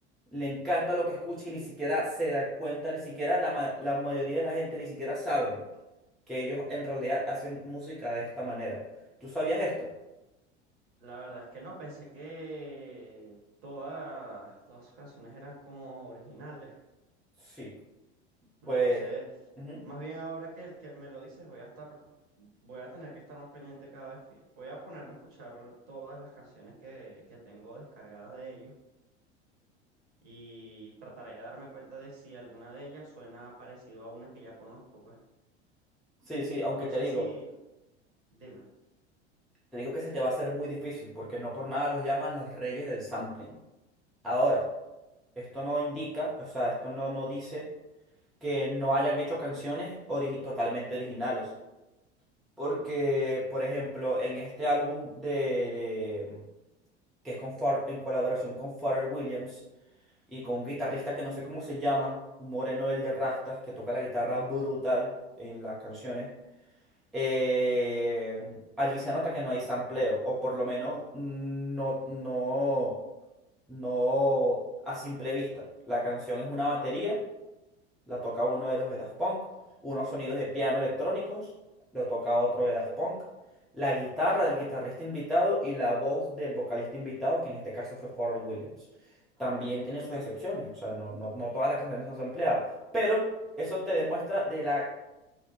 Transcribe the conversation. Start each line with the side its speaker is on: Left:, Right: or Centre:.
Centre: le encanta lo que escucha y ni siquiera se da cuenta, ni siquiera la, ma- la mayoría de la gente ni siquiera saben que ellos en realidad hacen música de esta manera. ¿Tú sabías esto?
Right: La verdad es que no, pensé que todas las- todas sus canciones eran como originales.
Centre: Sí,
Right: Entonces,
Centre: pues... ujú.
Right: más bien ahora que el que me lo dices, voy a estar, voy a tener que estar más pendiente cada vez que voy a ponerme a escuchar todas las canciones que, que tengo descargadas de ellos y trataré de darme cuenta de si alguna de ellas suena parecido a una que ya conozco, pues.
Centre: Sí, sí, aunque
Right: No
Centre: te
Right: sé
Centre: digo,
Right: si, dime,
Centre: te digo que se te va a hacer muy difícil porque no por nada los llaman los reyes del sampling. Ahora. Esto no indica, o sea, esto no, no dice que no hayan hecho canciones origi- totalmente originales. Porque, por ejemplo, en este álbum de, de- mm, que es con Pharrell- en colaboración con Pharrell Williams y con un guitarrista que no sé cómo se llama, un moreno el de rastas que toca la guitarra brutal en las canciones, eh, allí se nota que no hay sampleo, o por lo menos mm, no, no, no a simple vista. La canción es una batería la toca uno de los de Daft Punk, unos sonidos de piano electrónicos, lo toca otro de Daft Punk, la guitarra del guitarrista invitado y la voz del vocalista invitado, que en este caso fue Pharrell Williams. También tiene sus excepciones, o sea, no, no, no todas las canciones son sampleadas, pero eso te demuestra de la